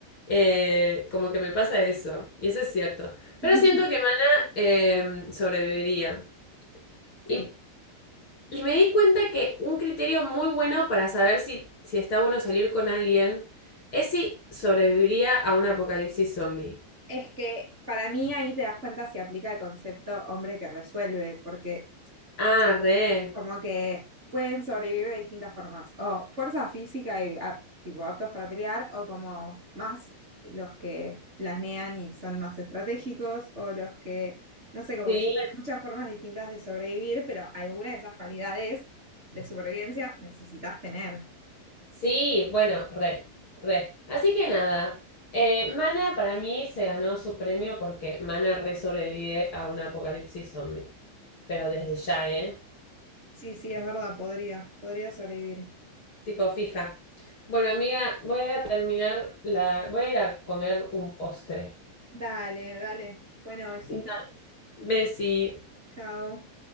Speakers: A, on the left; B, on the right.
A: Eh, como que me pasa eso, y eso es cierto. Pero
B: <laughs>
A: siento que Mana eh, sobreviviría. Y,
B: Sí,
A: y me di cuenta que un criterio muy bueno para saber si, si está bueno salir con alguien es si sobreviviría a un apocalipsis zombie.
B: es que para mí ahí te das cuenta si aplica el concepto hombre que resuelve, porque
A: Ah, re.
B: Como que pueden sobrevivir de distintas formas, o fuerza física y ap- tipo aptos para pelear, o como más los que planean y son más estratégicos, o los que, no sé, como
A: Sí,
B: que siempre hay muchas formas distintas de sobrevivir, pero alguna de esas cualidades de supervivencia necesitas tener.
A: sí, bueno, re, re. Así que nada, eh, Mana para mí se ganó su premio porque Mana re sobrevive a un apocalipsis zombie. Pero desde ya, ¿eh?
B: Sí, sí, es verdad, podría, podría sobrevivir.
A: Tipo, fija. Bueno, amiga, voy a terminar la. Voy a ir a comer un postre.
B: Dale, dale. Bueno, besito.
A: Dale. Bessie.
B: Chao.